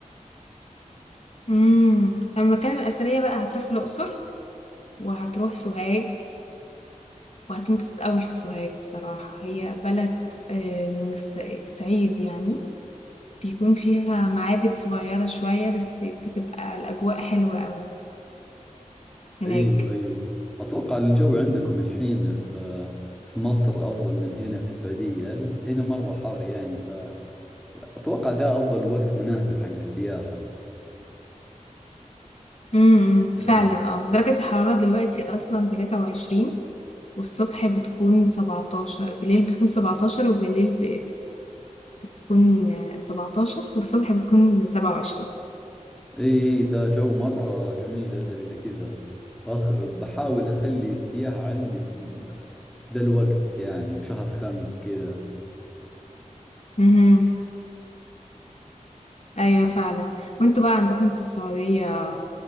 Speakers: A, on the left (about 55°); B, in the centre.
A: امم المكان الأثرية بقى هتروح الأقصر وهتروح سوهاج وهتنبسط قوي في سوهاج بصراحة هي بلد آه، من الص- الصعيد يعني بيكون فيها معابد صغيرة شوية بس بتبقى الأجواء حلوة قوي هناك
B: أيوة أيوة أتوقع الجو عندكم الحين في في مصر أفضل من هنا في السعودية ال- هنا مرة حر يعني فأتوقع ذا أفضل وقت مناسب حق السياحة
A: امم إمم،
B: يعني
A: فعلا اه درجة الحرارة دلوقتي أصلا 23 والصبح بتكون 17 بالليل بتكون 17 وبالليل بتكون 17 والصبح بتكون 27
B: إي إي، ذا جو مرة جميل أجل إذا كذا بأخ... بحاول أخلي السياحة عندي في, في ذا الوقت يعني في شهر خمس كذا
A: امم ايوه فعلا وانتوا بقى عندكم في السعودية